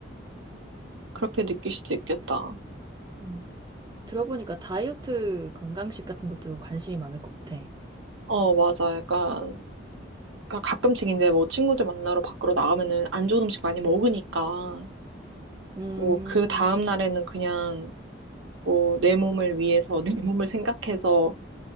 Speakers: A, on the right; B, on the right.
A: 그렇게 느낄 수도 있겠다.
B: 음, 들어보니까 다이어트 건강식 같은 것도 관심이 많을 것 같아.
A: 어, 맞아. 약간, 그러니까 가끔씩 이제 뭐 친구들 만나러 밖으로 나가면은 안 좋은 음식 많이 먹으니까,
B: 음,
A: 뭐 그 다음날에는 그냥 뭐 내 몸을 위해서 내 <laughs> 몸을 생각해서